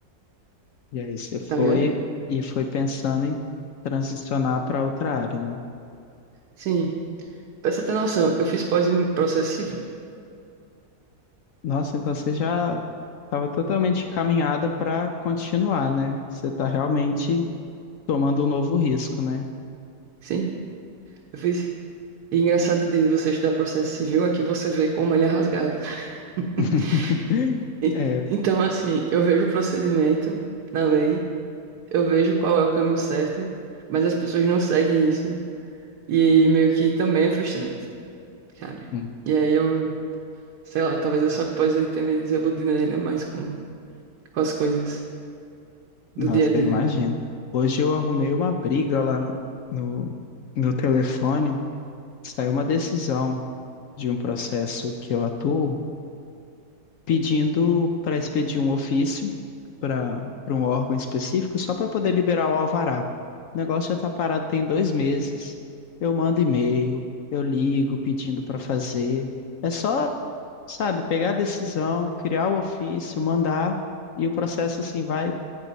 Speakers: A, on the left; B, on the right.
A: E aí você foi
B: tá ligado?
A: e foi pensando em transicionar para outra área, né?
B: Sim. Pra você ter noção, eu fiz pós em processo civil.
A: Nossa, então você já estava totalmente caminhada para continuar, né? Você está realmente tomando um novo risco, né?
B: Sim, eu fiz. E é engraçado de você estudar processo civil é que você vê como ele é rasgado. <laughs>
A: <laughs>
B: E-
A: É,
B: Então, assim, eu vejo o procedimento na lei, eu vejo qual é o caminho certo, mas as pessoas não seguem isso. E meio que também é frustrante, sabe?
A: hum,
B: E aí eu, sei lá, talvez essa pós aí tenha me desiludido ainda mais com, com as coisas do
A: nossa,
B: dia a dia.
A: eu imagino. Hoje eu arrumei uma briga lá no, no, no telefone, saiu uma decisão de um processo que eu atuo. pedindo para expedir um ofício para para um órgão específico só para poder liberar o alvará. O negócio já está parado tem dois meses. Eu mando e-mail, eu ligo pedindo para fazer. É só, sabe, pegar a decisão, criar o ofício, mandar e o processo assim vai